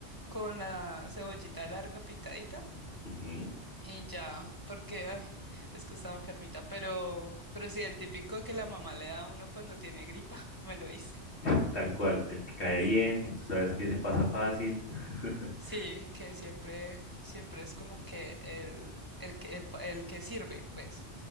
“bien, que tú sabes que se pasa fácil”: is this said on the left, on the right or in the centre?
Left